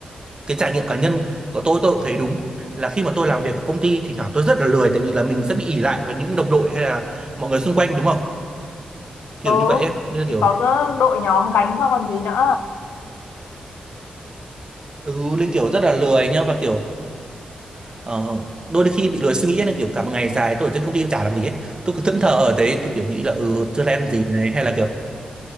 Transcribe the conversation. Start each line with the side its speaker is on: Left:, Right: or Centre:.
Right: cái trải nghiệm cá nhân của tôi tôi cũng thấy đúng là khi mà tôi làm việc ở công ty thì thoảng tôi rất là lười tại vì là mình sẽ bị ỷ lại vào những đồng đội hay là mọi người xung quanh đúng không kiểu
Left: ừ
Right: như vậy ấy. nên là
Left: thì
Right: kiểu
Left: có ờ, đội nhóm gánh cho còn gì nữa
Right: ừ, nên kiểu rất là lười nhá và kiểu Ờ, đôi khi bị lười suy nghĩ là kiểu cả một ngày dài tôi ở trên công ty tôi chả làm gì ấy tôi cứ thẫn thờ ở đấy tôi kiểu nghĩ là ừ chưa làm gì này hay là kiểu